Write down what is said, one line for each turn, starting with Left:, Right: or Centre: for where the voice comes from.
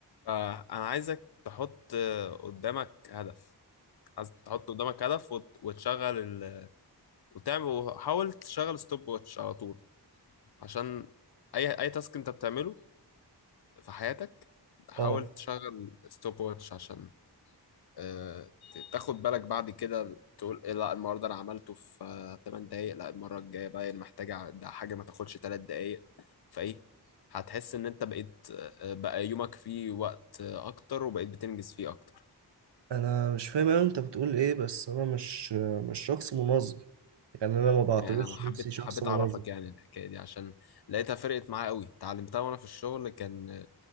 Left: فأنا عايزك تحط آه، قدامك هدف عايز تحط قدامك هدف وت- وتشغل ال... وتعمل وحاول تشغل ستوب واتش على طول عشان أي أي تاسك أنت بتعمله في حياتك حاول
Right: اه
Left: تشغل ستوب واتش عشان آه، ت- تاخد بالك بعد كده تقول إيه لا النهاردة أنا عملته في آه، 8 دقايق لا المرة الجاية بقى أنا محتاجة أع- ده حاجة ما تاخدش 3 دقايق فإيه هتحس إن أنت بقيت آه، بقى يومك فيه وقت آه، أكتر وبقيت بتنجز فيه أكتر
Right: انا مش فاهم اوي انت بتقول ايه بس انا مش مش شخص منظم يعني انا ما بعتبرش
Left: يعني انا حبيت
Right: نفسي شخص
Left: حبيت
Right: منظم
Left: اعرفك يعني الحكايه دي عشان لقيتها فرقت معايا قوي اتعلمتها وانا في الشغل كان